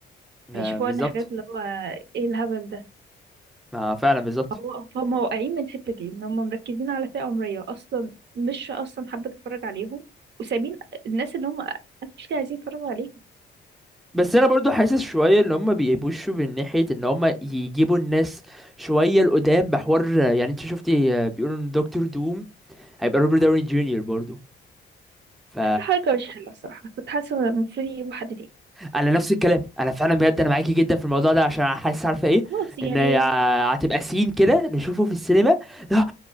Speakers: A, in the centre; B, on the right.
A: ما
B: هيشوفوا
A: بالظبط
B: ان حاجات اللي هو ايه الهبل ده
A: ما فعلا بالظبط
B: هو هم واقعين من الحتة دي ان هم مركزين على فئة عمرية اصلا مش اصلا حابة تتفرج عليهم وسابين الناس اللي هم actually عايزين يتفرجوا عليهم
A: بس انا برضو حاسس شويه ان هم بيبوشوا من ناحيه ان هم يجيبوا الناس شويه لقدام بحوار يعني انت شفتي آه، بيقولوا ان دكتور دوم هيبقى روبرت داوني جونيور برضو ف
B: حتى حركة مش حلوة الصراحة كنت حاسة إن المفروض يجيبوا حد تاني
A: انا نفس الكلام انا فعلا بجد انا معاكي جدا في الموضوع ده عشان حاسس عارفه ايه
B: خلاص يعني
A: ان يع- هتبقى سين كده نشوفه في السينما لا،